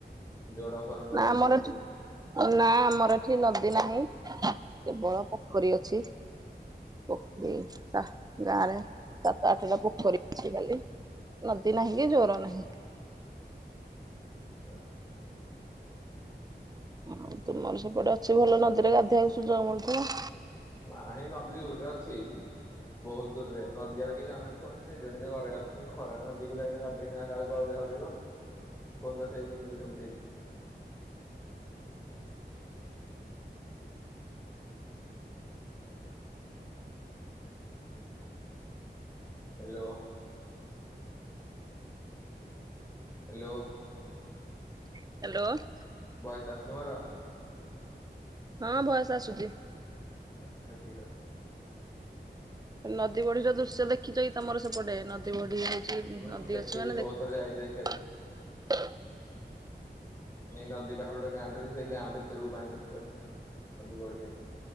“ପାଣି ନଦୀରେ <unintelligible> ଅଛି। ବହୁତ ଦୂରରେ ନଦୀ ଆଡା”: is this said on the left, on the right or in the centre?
Left